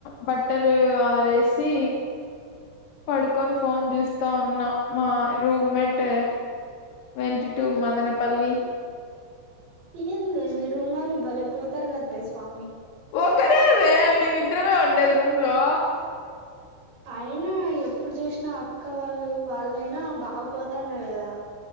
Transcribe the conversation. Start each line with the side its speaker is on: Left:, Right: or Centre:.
Left: బట్టలు ఆరేసి పడుకొని ఫోన్ చూస్తా ఉన్నా మా room mate went to Madanapalle
Right: ఎందే మీ రూమ్ వాళ్ళు బలే పోతారు కదనే స్వా
Left: ఒకరేందే మేమిద్దరమే ఉండేది రూమ్ లో
Right: అయినా ఎప్పుడు చూసినా అక్క వాళ్ళు వాళ్ళయినా బాగ పోతున్నారు కదా